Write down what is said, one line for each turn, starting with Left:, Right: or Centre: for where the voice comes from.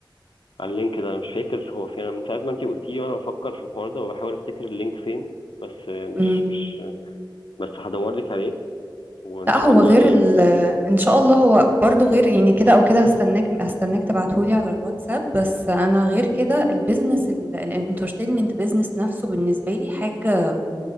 Left: على اللينك ده انا مش فاكر هو فين أنا من ساعه ما انت قلتي لي وانا بفكر في الحوار ده وبحاول افتكر اللينك فين بس آه، مش
Right: مم.
Left: مش بس هدور لك عليه وان
Right: لا
Left: شاء
Right: هو
Left: الله
Right: غير
Left: الاقيه
Right: ال ان شاء الله هو برضو غير يعني كده او كده هستناك هستناك تبعتهولي على الواتساب بس انا غير كده البيزنس الانترتينمنت بيزنس نفسه بالنسبه لي حاجه